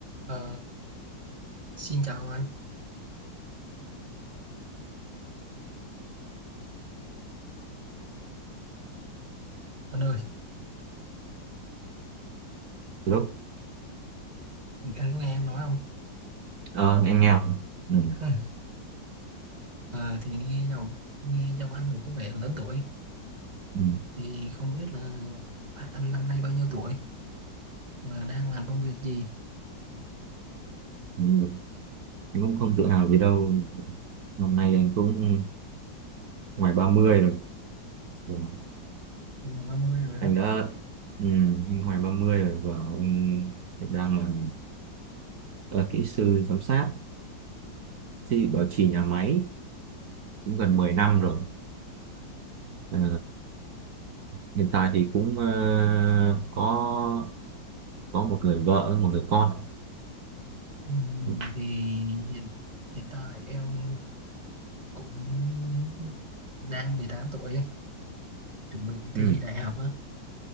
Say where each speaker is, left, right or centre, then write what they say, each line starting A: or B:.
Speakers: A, on the right (about 20°); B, on the right (about 55°).
A: Ờ, xin chào anh anh ơi
B: Lúc
A: anh có nghe em nói không
B: ờ, em nghe không? Ừ.
A: <laughs> Ờ, thì nghe giọng nghe giọng anh cũng có vẻ lớn tuổi
B: Ừ.
A: thì không biết là anh năm nay bao nhiêu tuổi và đang làm công việc gì
B: Ừ. Anh cũng không tự hào gì đâu. Năm nay anh cũng ngoài 30 rồi. Rồi. Ờ,
A: là ba mươi rồi đó
B: Anh đã ừ, anh ngoài 30 rồi và anh hiện đang là ờ, kỹ sư giám sát thì bảo trì nhà máy cũng gần 10 năm rồi. Ờ, hiện tại thì cũng ờ, có có một người vợ, một người con.
A: Ừm,
B: Ừ.
A: thì hiện hiện tại em cũng đang 18 tuổi chuẩn bị thi
B: Ừ.
A: đại học á